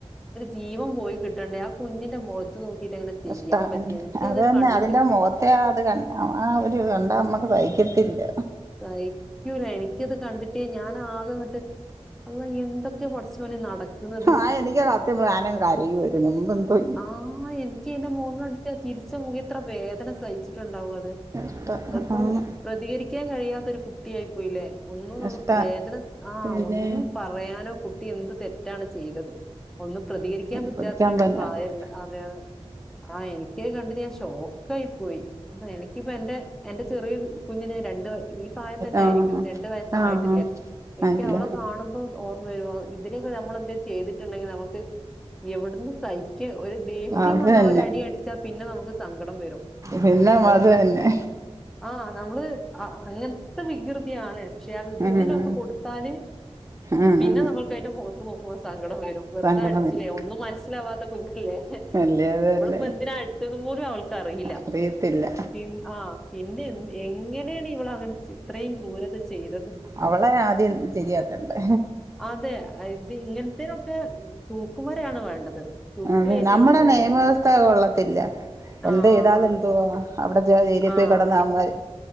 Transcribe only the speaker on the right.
കഷ്ടാ
അത് തന്നെ
അതിന്റെ മുഖത്തെ അത് കണ്ട ആ ഒരു കണ്ടാ
നമ്മക്ക് സഹിക്കത്തില്ല
ആ എനിക്കാ സത്യം പറഞ്ഞാ ഞാനങ്ങ് കരയുവായിരുന്നു മുമ്പെന്തോ
കഷ്ടം
ആണ്
കഷ്ടാ
പിന്നെ
പൊരിക്കാൻ തന്നെ
അറിയാം
ആഹ്
ആഹ്
ആഹ് അല്ല
ആഹ്
അത് തന്നെ
പിന്നെ
അത് തന്നെ
ആഹ്
ആഹ്
സങ്കടം
വരും
അല്ലേ അത്
തന്നെ
അറിയത്തില്ല
അവളെ ആദ്യം ശരിയാക്കണ്ടേ
അതെ നമ്മുടെ
നിയമവ്യവസ്ഥ
കൊള്ളത്തില്ല എന്ത്
ചെയ്താലെന്തുവാ അവിടെ ജലിപോയി
കിടന്നാമതി